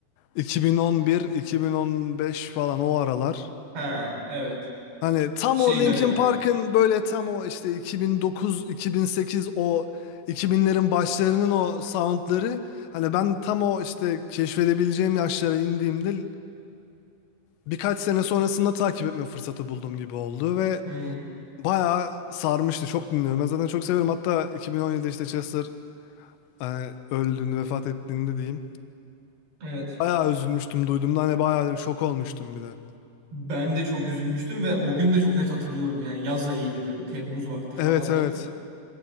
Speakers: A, on the left; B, on the right.
A: 2011-2015 falan o aralar.
B: Ha, evet.
A: Hani tam
B: Şey
A: o Linkin
B: dönemi.
A: Park'ın böyle tam o işte 2009-2008 o 2000'lerin başlarının o soundları hani ben tam o işte keşfedebileceğim yaşlara indiğimde birkaç sene sonrasında takip etme fırsatı bulduğum gibi oldu ve
B: Hı,
A: bayağı sarmıştı. Çok dinliyorum. Ben zaten çok severim. Hatta 2017'de işte Chester hani öldüğünde, vefat ettiğinde diyeyim.
B: evet.
A: Bayağı üzülmüştüm duyduğumda. Hani bayağı şok olmuştum bir de.
B: Ben de çok üzülmüştüm ve o gün de çok net hatırlıyorum yani. Yaz ayıydı böyle bir Temmuz vakti falandı.
A: Evet evet.